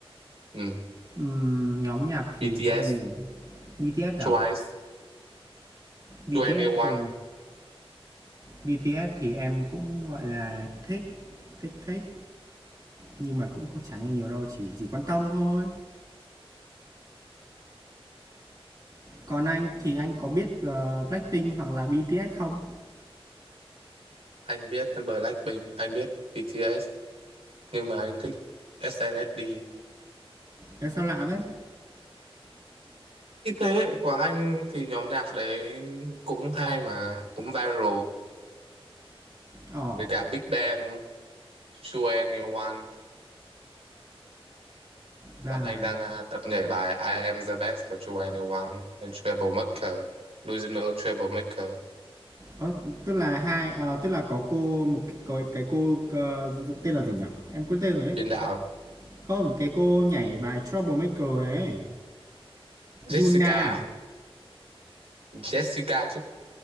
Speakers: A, on the right; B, on the right.
A: ừ.
B: Ừm, nhóm nhạc thì
A: BTS
B: nhiều. BTS à?
A: Twice
B: BTS
A: 2NE1
B: thì BTS thì em cũng, gọi là, thích, thích thích, nhưng mà cũng không chả nghe nhiều đâu, chỉ chỉ quan tâm thôi. Còn anh thì anh có biết, ờ, Blackpink hoặc là BTS không?
A: anh biết Blackpink anh biết BTS nhưng mà anh thích SNSD
B: Ê, sao lạ đấy
A: Cái thế hệ của anh thì nhóm nhạc đấy cũng hay mà cũng viral
B: Ồ,
A: với cả Big Bang, True Anyone.
B: ra
A: Bọn
B: là
A: anh đang à, tập nhảy bài I Am The Best của True Anyone and Troublemaker, Delusional Troublemaker.
B: ơ, tức là hai ờ, tức là có cô một cái có cái cô, ờ, tên là gì nhỉ? Em quên tên rồi ấy.
A: Biên đạo
B: Không, cái cô nhảy bài Troublemaker đấy,
A: Jessica,
B: yuna à?
A: Jessica chứ,